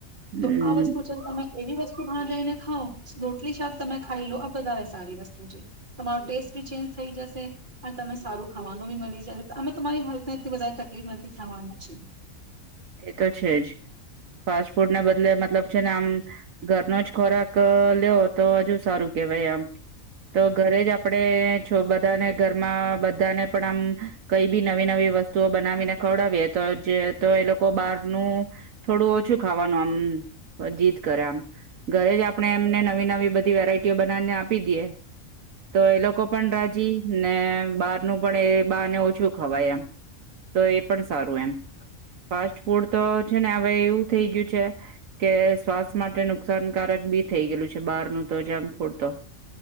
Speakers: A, on the right (about 75°); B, on the right (about 35°).
A: હમ
B: તો આ વસ્તુ છે તમે એવી વસ જો બહાર જઈને ખાાવ રોટલી શાક તમે ખાઈ લો આ વધારે સારી વસ્તુ છે તમારો ટેસ્ટ ભી ચેન્જ થઈ જશે અને તમે સારું ખાવાનું ભી મળી જશે અમે તમારી હેલ્થ ને એટલી વધારે તકલીફ નથી થવાની છે
A: એ તો છે જ ફાસ્ટ ફૂડ ના બદલે મતલબ છે ને આમ ઘરનો જ ખોરાક લેવ તો હજુ સારું કેહેવાય આમ તો ઘરે જ આપડે એ છો બધાને ઘરમાં બધાને પણ આમ કઈ બી નવી નવી વસ્તુઓ બનાવીને ખવડાવી તો જે તો એ લોકો બહાર નુ થોડું ઓછું ખાવાનું આમ જીત કરે આમ ઘરે જ આપણે એમને નવી નવી બધી વેરાયટીઓ બનાવીને આપી દેએ તો એ લોકો પણ રાજી ને બહારનું પણ એ બહારને ઓછું ખવાય એમ તો એ પણ સારું એમ ફાસ્ટ ફૂડ તો છે ને હવે એવું થઈ ગયું છે કે શ્વાસ માટે નુકસાનકારક બી થઈ ગયેલું છે બહારનું તો જંક ફૂડ તો